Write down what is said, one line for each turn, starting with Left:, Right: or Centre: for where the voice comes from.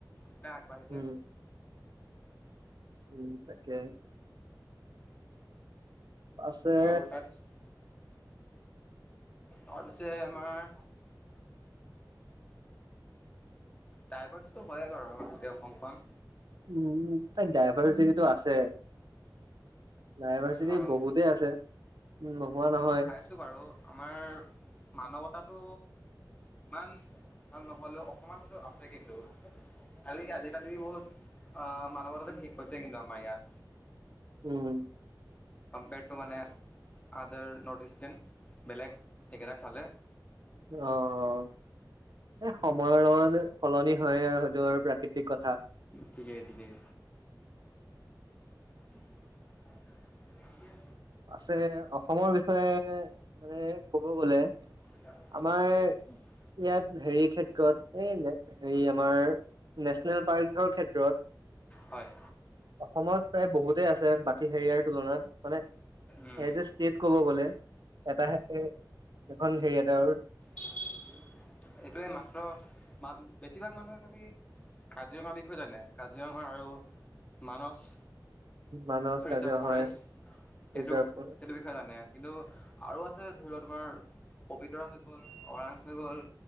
Left: এতিয়া আগবাঢ়িছে।
Right: উম উম, তাকে। পাছে
Left: আৰু তাৰপিছ, তাৰপিছে আমাৰ দাইভাৰ্চটো হয় বাৰু আমাৰ গোটেই অসমখন।
Right: উম, উম, তাই ডাইভাৰ্চিটিটো আছে। ডাইভাৰ্চিটি
Left: আৰু
Right: বহুতেই আছে, নোহোৱা নহয়!
Left: তো বাৰু আমাৰ মানৱতাটো ইমান ভাল নহ'লেও অকমান হলেও আছে কিন্তু। খালি আজিকালি বহুত অ' মানৱতাতো শেষ হৈছে কিন্তু আমাৰ ইয়াত!
Right: উম।
Left: কম্পেয়াৰড টু মানে আদাৰ নৰ্থ ইষ্টান বেলেগ সেইগেইটক চালে।
Right: অঁ অঁ' এ সময়ৰ লগত সলনি হয়ে আৰু টো আৰু প্ৰাকৃতিক কথা।
Left: ঠিকেই! ঠিকেই! <inaudible> <inaudible>
Right: আছে, অসমৰ বিষয়ে মানে কব গলে
Left: <inaudible>
Right: আমাৰ ইয়াত হেৰি ক্ষেত্ৰত এই নে হেৰি আমাৰ নেচনেল পাৰ্কৰ ক্ষেত্ৰত
Left: <unintelligible> হয়!
Right: অসমত প্ৰায় বহুতে আছে বাকী হেৰিয়াৰ তুলনাত মানে
Left: উম
Right: এজ এ ষ্টেট কব গলে, এটাহে এখন হেৰি <unintelligible>
Left: এইটোৱে মাত্ৰ মা বেছিভাগ মানুহে খালী কাজিৰঙাৰ বিষয়ে জানে? কাজিৰঙা আৰু মানস!
Right: মানস,
Left: ৰিজাৰ্ভ
Right: কাৰ্য
Left: ফৰেষ্ট
Right: হয়।
Left: সেইটো
Right: ৰিজাৰ্ভ হয়,
Left: সেইটো বিষয়ে জানে, কিন্তু, আৰু আছে ধৰি লোৱা তোমাৰ পবিতৰা হৈ গ'ল, অৰাং হৈ গ'ল